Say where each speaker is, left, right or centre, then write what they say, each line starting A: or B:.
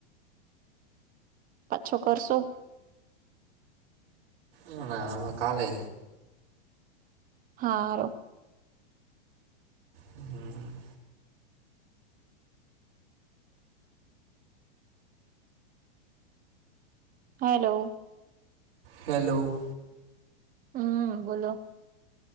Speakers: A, on the right; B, on the right.
A: પાછો કરશો.
B: એમાંય આમાં કાલે.
A: હારો.
B: હમ.
A: હેલો.
B: હેલો.
A: હમ બોલો.